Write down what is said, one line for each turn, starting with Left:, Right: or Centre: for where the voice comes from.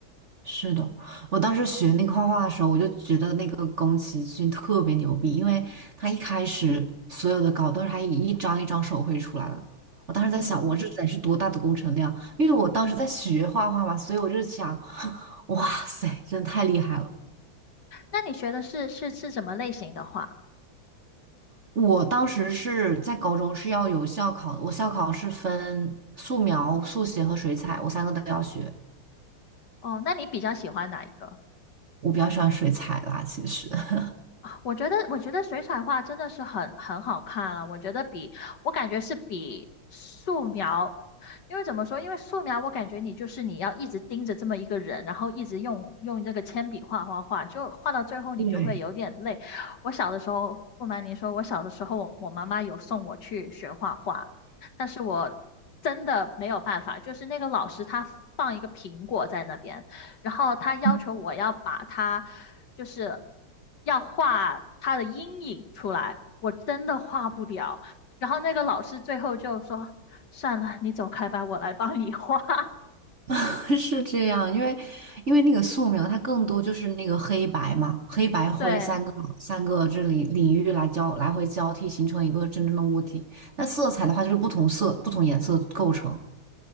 Right: 是的，我当时学那个画画的时候，我就觉得那个宫崎骏特别牛逼，因为他一开始所有的稿都是他一一张一张手绘出来的。我当时在想，
Left: 嗯，
Right: 我这得是多大的工程量？因为我当时在学画画嘛，所以我就想，哇塞，真的太厉害了！
Left: 那你学的是是是什么类型的画？
Right: 我当时是在高中是要有校考的，我校考是分素描、速写和水彩，我三个都要学。
Left: 哦，那你比较喜欢哪一个？
Right: 我比较喜欢水彩啦，其实。<laughs>
Left: 我觉得，我觉得水彩画真的是很很好看了、我觉得比我感觉是比素描，因为怎么说？因为素描我感觉你就是你要一直盯着这么一个人，然后一直用用这个铅笔画画画，就画到最后你就会有点累。
Right: 对，
Left: 我小的时候，不瞒您说，我小的时候我妈妈有送我去学画画，但是我真的没有办法，就是那个老师他放一个苹果在那边。然后他要求我要把他，
Right: 嗯。
Left: 就是要画他的阴影出来，我真的画不了。然后那个老师最后就说：“算了，你走开吧，我来帮你画。<laughs>”
Right: <laughs> 是这样，因为因为那个素描，它更多就是那个黑白嘛，黑白灰三个三个这里领域来交来回交替，
Left: 对
Right: 形成一个真正的物体。那色彩的话，就是不同色不同颜色构成。